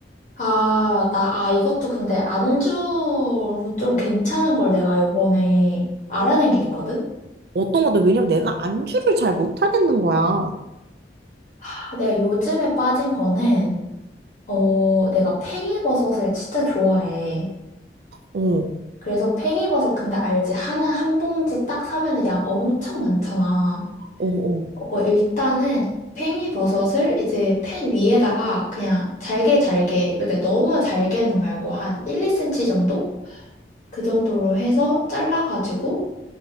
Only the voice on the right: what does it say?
어떤 거도 왜냐면 내가 안주를 잘 못 하겠는 거야.
어,
어, 어,